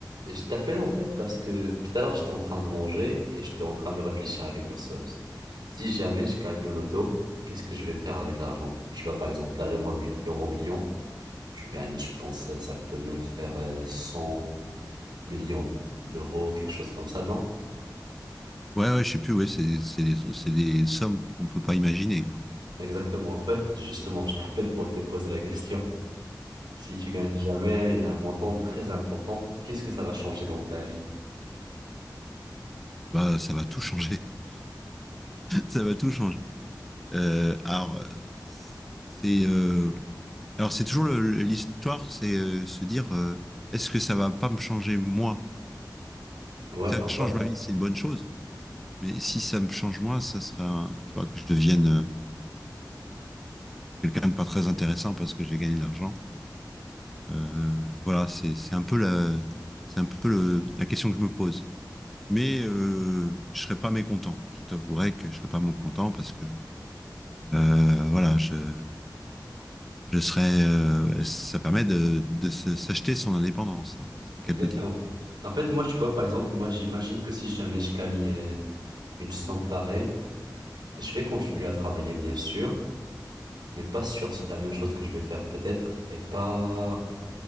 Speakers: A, on the right; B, in the centre.
A: Je t'appelle en fait parce que tout à l'heure j'étais en train de manger et j'étais en train de réfléchir à quelque chose. Si jamais je gagne au loto, qu'est-ce que je vais faire avec l'argent? Tu vois par exemple là l'euro mi- l'euro million, tu gagnes, je pense euh, ça peut même faire euh, 100 millions d'euros, quelque chose comme ça, non?
B: Ouais, ouais, je sais plus, ouais, c'est c'est des, c'est des sommes qu'on peut pas imaginer, quoi.
A: Exactement, en fait justement je t'appelle pour te poser la question. Si tu gagnes jamais un montant très important, qu'est-ce que ça va changer dans ta vie?
B: Bah, ça va tout changer. <laughs> Ça va tout changer. Euh, alors, euh, c'est euh, alors c'est toujours le- le- l'histoire, c'est euh, se dire euh, est-ce que ça va pas me changer moi?
A: Ouais,
B: Si Ça
A: en
B: change
A: vrai.
B: ma vie, c'est une bonne chose. Mais si ça me change moi, ça sera, un- tu vois, que je devienne euh, quelqu'un de pas très intéressant parce que j'ai gagné de l'argent. Euh, voilà, c'est c'est un peu la c'est un peu le- la question que je me pose. mais euh, je serais pas mécontent. Je t'avouerai que je serais pas mécontent parce que euh, voilà, je, je serais. euh, ça permet de, de se- s'acheter son indépendance, hein, c'est le
A: Exactement.
B: cas de le dire.
A: En fait, moi, tu vois, par exemple, moi, j'imagine que si jamais je gagnais une somme pareille, je vais continuer à travailler, bien sûr, mais pas sur la même chose que je vais faire, peut-être, et pas